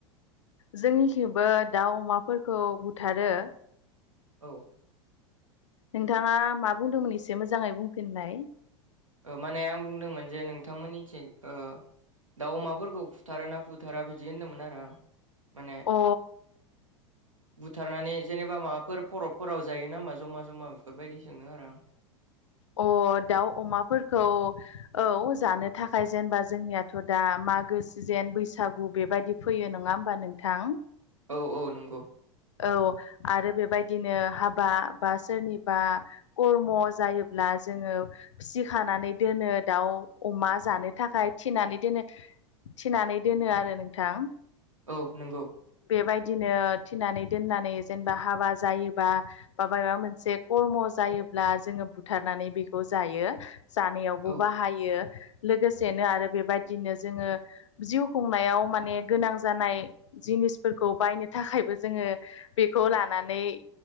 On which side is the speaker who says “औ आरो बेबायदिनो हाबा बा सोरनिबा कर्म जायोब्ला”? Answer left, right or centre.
Left